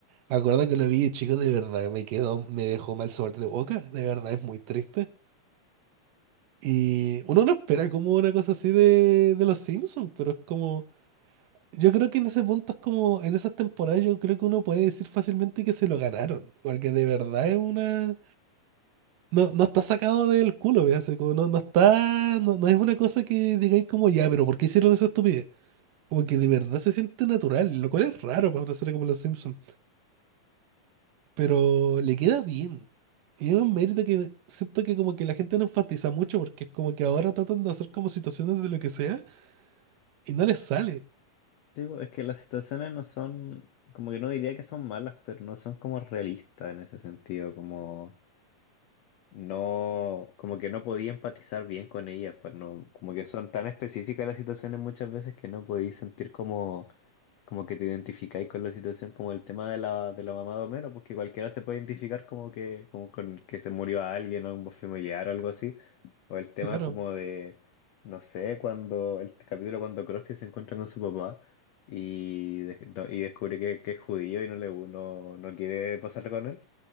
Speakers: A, on the right; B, on the left.
A: me acuerdo que lo vi, chicos de verdad, me quedó, me dejó mal sabor de boca, de verdad, es muy triste. Y uno no espera como una cosa así de, de los Simpsons, pero es como, yo creo que en ese punto es como, en esas temporadas yo creo que uno puede decir fácilmente que se lo ganaron, porque de verdad es una, no, no está sacado del culo, ¿ve? Así como no, no está, no, no es una cosa que digáis como, ya, pero ¿por qué hicieron esa estupidez? Como que de verdad se siente natural, lo cual es raro para una serie como Los Simpsons. Pero le queda bien. Y es un mérito que siento que como que la gente no enfatiza mucho porque es como que ahora tratan de hacer como situaciones de lo que sea y no les sale.
B: Sí, pues, es que las situaciones no son, como que no diría que son malas, pero no son como realistas en ese sentido, como no, como que no podía empatizar bien con ellas, pues no, como que son tan específicas las situaciones muchas veces que no podía sentir como como que te identificáis con la situación, como el tema de la, de la mamá de Homero, porque cualquiera se puede identificar como que, como con que se murió alguien o un familiar o algo así. O el tema
A: Claro,
B: como de, no sé, cuando, el capítulo cuando Krusty se encuentra con su papá y, de- no- y descubre que, que es judío y no le no, no quiere pasar con él,